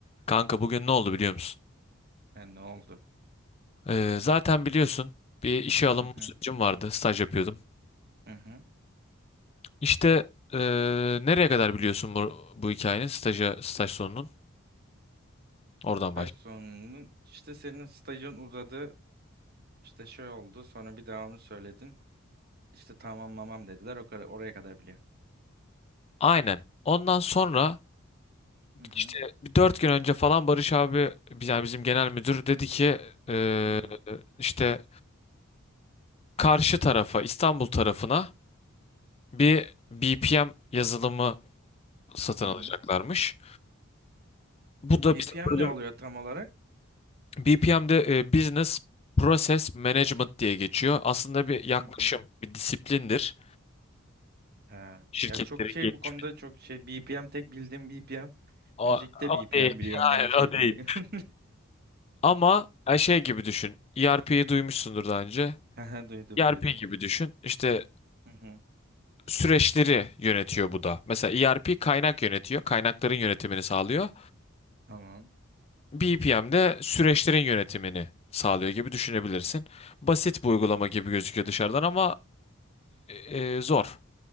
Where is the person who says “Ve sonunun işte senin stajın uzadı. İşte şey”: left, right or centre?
Right